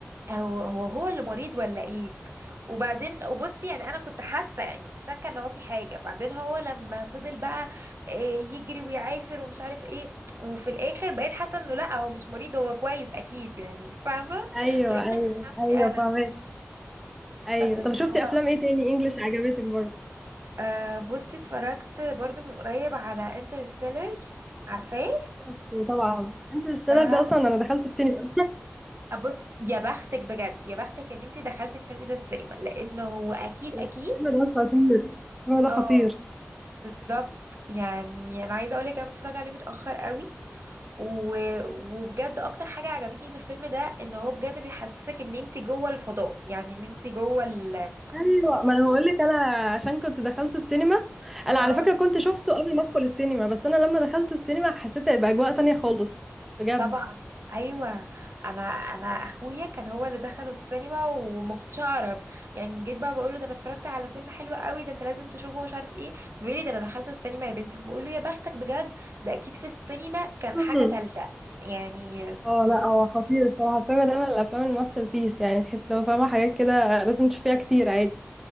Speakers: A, on the right (about 65°); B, in the centre.
A: هو هو هو اللي مريض ولا إيه وبعدين وبصي يعني أنا كنت حاسة يعني كنت شاكة إن هو في حاجة بعدين هو لما فضل بقى آه، يجري ويعافر ومش عارف إيه وفي الآخر بقيت حاسة إنه لأ هو مش مريض هو كويس أكيد يعني فاهمة
B: ايوه
A: <laughs> بقيت
B: ايوه
A: شاكة في نفسي
B: ايوه
A: أنا
B: فاهمك ايوه
A: بس بس
B: طب شفتي
A: هو
B: افلام ايه تاني انجلش عجبتك برضه
A: أه بصي اتفرجت برضو من قريب على انترستيلر عارفاه
B: شفته طبعا انترستيلر
A: ده
B: ده اصلا انا دخلته السينما
A: بص يا بختك بجد يا بختك ان انت دخلتي الفيلم ده السينما لانه هو اكيد اكيد
B: الفيلم ده خطير الفيلم ده خطير
A: اه بالظبط يعني انا عايزه اقولك انا بتفرج عليه متاخر قوي و... وبجد اكتر حاجه عجبتني في الفيلم ده ان هو بجد بيحسسك ان انت جوه الفضاء يعني ان انت جوه ال...
B: ايوه ما انا بقول لك انا عشان كنت دخلته السينما انا
A: اه
B: على فكره كنت شفته قبل ما ادخل السينما بس انا لما دخلته السينما حسيت بأجواء تانية خالص بجد
A: طبعا ايوه انا انا اخويا كان هو اللي دخله السينما وما كنتش اعرف يعني جيت بقى بقول له ده انا اتفرجت على فيلم حلو قوي ده انت لازم تشوفه ومش عارف ايه بيقول لي ده انا دخلت السينما يا بنتي فبقول له يا بختك بجد ده اكيد في السينما كان
B: مم.
A: حاجه تالته يعني
B: اه لا هو خطير الصراحه الفيلم ده من الافلام الماستر بيس يعني تحس لو فاهمه حاجات كده لازم تشوفيها كتير عادي